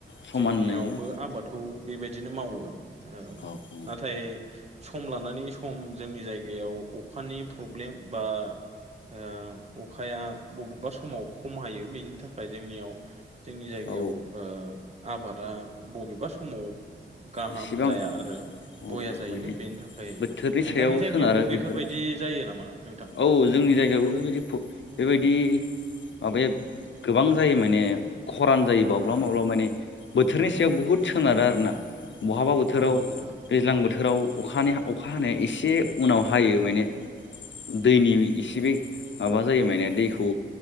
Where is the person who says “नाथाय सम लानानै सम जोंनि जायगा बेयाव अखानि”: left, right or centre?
Right